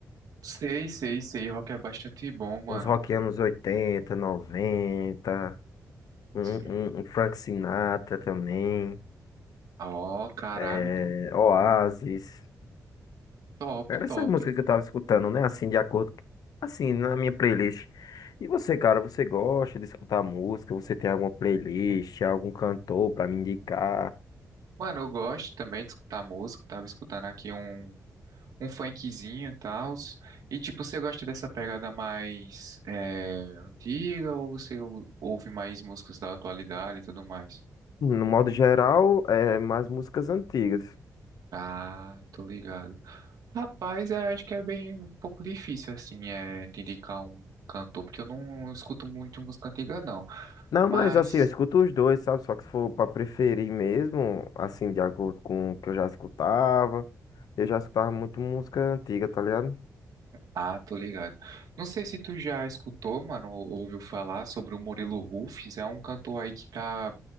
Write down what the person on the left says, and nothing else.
Uns rock anos 80 90 um,
um um Frank Sinatra também.
é, Oasis.
Era
essas músicas que eu tava escutando, né? Assim, de acordo, com- assim, na minha playlist. E você, cara, você gosta de escutar música? Você tem alguma playlist, algum cantor pra me indicar?
No modo geral, é mais músicas antigas.
Não,
mas assim, eu escuto os dois, sabe? Só que se for pra preferir mesmo, assim, de acordo com o que eu já escutava, eu já escutava muito música antiga, tá ligado?